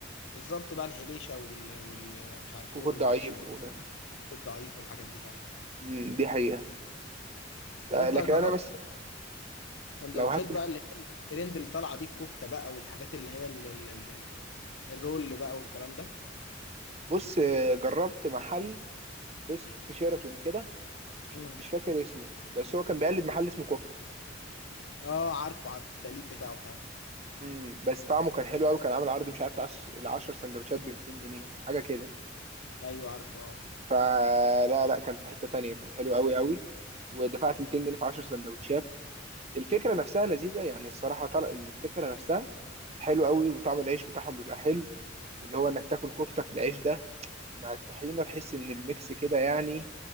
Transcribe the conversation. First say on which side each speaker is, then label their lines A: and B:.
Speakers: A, on the left; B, on the right.
A: بالظبط بقى الحبيشه وال... وال... مش عارف
B: كوكو
A: ايه والوحش
B: ضعيف
A: وال-
B: و...
A: والضعيف والحاجات دي فاهم
B: مم، دي حقيقه آه،
A: انت
B: لكن
A: جربت
B: انا بس
A: سندوتشات
B: لو هاكل
A: بقى اللي هي الترند اللي طالعه دي الكفته بقى والحاجات اللي هي ال... ال... ال... ال- الرول بقى والكلام ده
B: بص آه، جربت محل اس- في شيراتون كده مش
A: امم
B: مش فاكر اسمه بس هو كان بيقلد محل اسمه كفته
A: اه عارفه عارف التقليب بتاعه فعلا
B: امم بس طعمه كان حلو قوي كان عامل عرض مش عارف العش- العشر سندوتشات ب 200 جنيه حاجه كده
A: ايوه عارفه اه
B: فلا لا لا، كان في حته تانية كان حلو قوي قوي ودفعت 200 جنيه في 10 سندوتشات الفكره نفسها لذيذه يعني الصراحه طلع الفكره نفسها حلو قوي وطعم العيش بتاعهم بيبقى حلو واللي هو انك تاكل كفته في العيش ده مع الطحينه تحس ان الميكس كده يعني